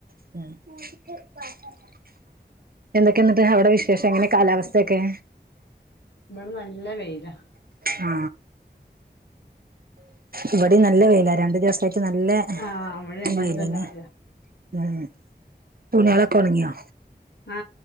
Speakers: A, on the right; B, on the left.
A: <unintelligible> എന്തെക്കെന്നിട്ട് അവിടെ വിശേഷം എങ്ങനെ കാലാവസ്ഥയൊക്കെ?
B: ഇവടെ നല്ല വെയിലാ.
A: ആ ഇവിടേം നല്ല വെയിലാ രണ്ട് ദിവസായിട്ട്. നല്ലെ
B: ആഹ് ഇവിടെ രണ്ട്
A: വൈകുവല്ലേ?
B: ദിവസായിട്ട് നല്ല മഴയാ
A: ഉം തുണികളൊക്കെ ഒണങ്ങിയോ?
B: ആ